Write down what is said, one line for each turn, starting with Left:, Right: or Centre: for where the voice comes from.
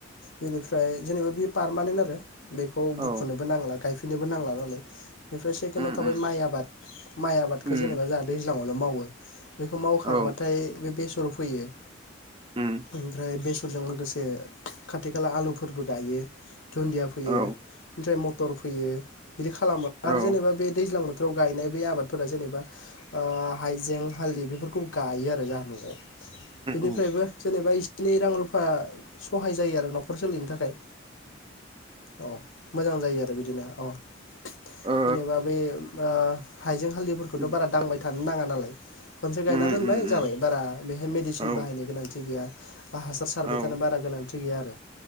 Left: बिनिफ्राय जेनेबा बियो पारमानेन्ट आरो बेखौ बुखुनोबो
Right: औ
Left: नांला गायफिन नोबो नांला नालाय बेनिफ्राय सेकेण्डआव
Right: उम
Left: थाबाय
Right: उम
Left: माइ आबाद माइ आबादखौ
Right: उम
Left: जेनेबा जा दैज न'आवल मावो। बेखौ मावखांबाथाय
Right: औ
Left: बे बेस फोर फैयो।
Right: उम
Left: ओमफ्राय बेस फोरजों लोगोस जे खाथि खाला आलुफोरबो गायो दुन्दिया फोयो
Right: औ
Left: ओमफ्राय मटर फोयो। बिदि खालामो
Right: औ
Left: आरो
Right: उम
Left: जेनेबा बे दैज्लां बोथ फ्राव गायनाय बै आबादफोरा जेनेबा ओ हाइजें हालदै बेफोरखौ गायो आरो जाहा न'आव। बेनिफ्रायबो
Right: उम
Left: जेनेबा इस स्नि रां रुफा सहाय जायो आरो न'खर सोलिनो थाखाय औ मोजां जायो आरो बिदिनो अ जेनेबा
Right: ओ
Left: बेैम ओ हाइजें हालदैफोरखौथ'
Right: उम
Left: बारा दांबाय थान नाङा नालाय खनसे गायना
Right: उम
Left: दोनबाय जाबाय
Right: उम
Left: बारा बेहाय मेदिसिन
Right: औ
Left: बाहायनो गोनांथि गैया बा हासार सारबाय
Right: औ
Left: थानो बारा <unintelligible> गैया आरो